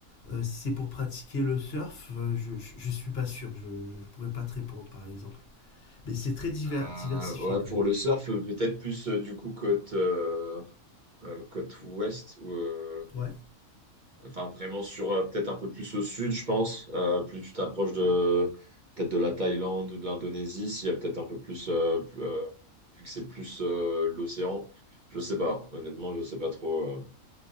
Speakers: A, on the left (about 55°); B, on the right (about 40°).
A: euh, si c'est pour pratiquer le surf, euh, je, je, je suis pas sûr. Je, je pourrais pas te répondre, par exemple. Mais c'est très diver-
B: Euh,
A: diversifié
B: ouais,
A: quand
B: pour
A: même.
B: le surf, peut-être plus euh, du coup côte, euh, euh, côte ouest, ou, euh,
A: Ouais,
B: enfin vraiment sur euh, peut-être un peu plus au sud, je pense. Euh, plus tu t'approches de peut-être de la Thaïlande ou de l'Indonésie, s'il y a peut-être un peu plus, euh, plus, euh, vu que c'est plus euh, l'océan, je sais pas. Honnêtement, je sais pas trop. euh.